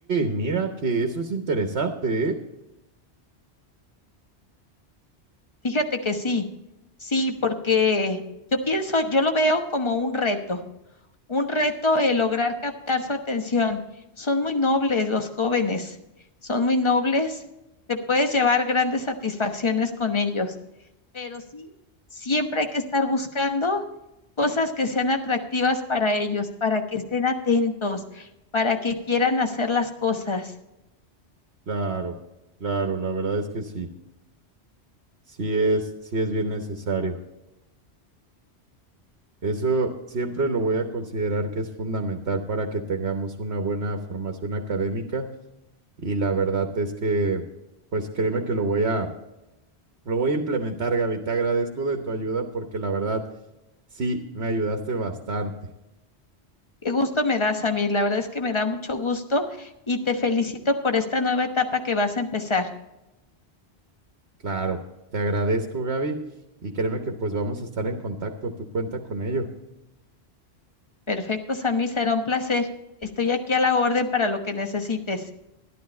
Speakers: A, on the right; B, on the left.
A: mira que eso es interesante, ¿eh?
B: Fíjate que sí, sí, porque yo pienso, yo lo veo como un reto. un reto el lograr captar su atención. Son muy nobles los jóvenes, son muy nobles, te puedes llevar grandes satisfacciones con ellos, pero sí, siempre hay que estar buscando cosas que sean atractivas para ellos, para que estén atentos, para que quieran hacer las cosas.
A: Claro, claro, la verdad es que sí, sí es, sí es bien necesario. Eso siempre lo voy a considerar que es fundamental para que tengamos una buena formación académica y la verdad es que, pues créeme que lo voy a Lo voy a implementar, Gaby. Te agradezco de tu ayuda porque la verdad sí me ayudaste bastante.
B: Qué gusto me das, Samir, la verdad es que me da mucho gusto y te felicito por esta nueva etapa que vas a empezar.
A: Claro, te agradezco, Gaby. Y créeme que pues vamos a estar en contacto. Tú cuenta con ello.
B: Perfecto, Samir, será un placer. Estoy aquí a la orden para lo que necesites.